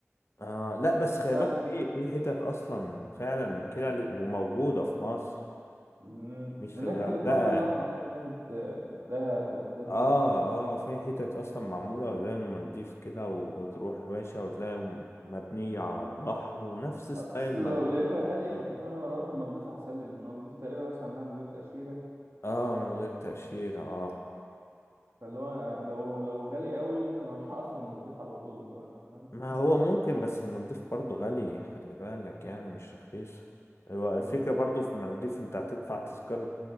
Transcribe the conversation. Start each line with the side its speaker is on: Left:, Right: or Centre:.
Left: آه لا بس خلي
Right: أصل
Left: بالك في في حتت أصلا فعلا كده ل- وموجودة في مصر
Right: مم،
Left: مش
Right: من
Left: في الغردقة
Right: ناحية البحر الأحمر كده ناحية آه، دهب والحتت
Left: اه
Right: دي
Left: اه في حتت أصلا معمولة زي المالديف كده و- وتروح يا باشا وتلاقي م- مبنية على البحر ونفس ستايل
Right: أصل
Left: المالديف
Right: لو لقيتها غالية
Left: بالظبط.
Right: أنت فاهم أنا هروح المالديف أحسن لي المالديف تقريبا أسمع إنها من غير تأشيرة
Left: اه من غير تأشيرة اه
Right: فاللي هو لو لو غالي قوي ممكن أروح <laughs> أصلا المالديف على طول لو أنت
Left: ما هو ممكن بس المالديف برضو غالية خلي بالك يعني مش رخيصة هو الفكرة
Right: فاهم
Left: برضو في المالديف انت هتدفع تذكرة